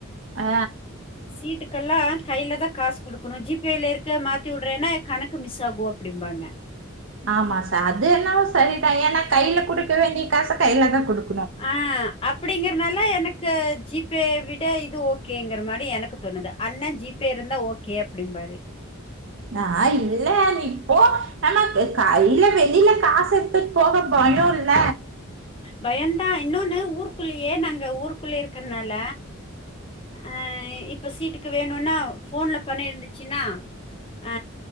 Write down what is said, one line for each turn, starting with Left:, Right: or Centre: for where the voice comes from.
Right: ஆ.
Left: சீட்டுக்கெல்லாம் கையில தான் காசு குடுக்கணும் ஜிபே ல இருக்க மாத்தி விடுறேன்னா கணக்கு எதுக்கு மிஸ் ஆகும் அப்படிம்பாங்க
Right: ஆமா சார் அது என்னவோ சரிதான் ஏன்னா கையில கொடுக்க வேண்டிய காச கையில தான் குடுக்க
Left: அஹ் அப்படிங்கறனால எனக்கு ஜிப் பே விட இது ஓகேங்கிற மாதிரி எனக்கு தோணுது அண்ணா ஜிபே இருந்தா ஓகே அப்படிம்பாரு.
Right: நா இல்ல இப்போ ஆமா கையில வெளில காசு எடுத்துட்டு போக பயம் இல்ல
Left: பயதான் இன்னொன்னு ஊருக்குள்ளயே நாங்க ஊருக்குள்ள இருக்கனால ஆ இப்ப சீட்டுக்கு வேணும்னா போன்ல பணம் இருந்துச்சுன்னா ஆ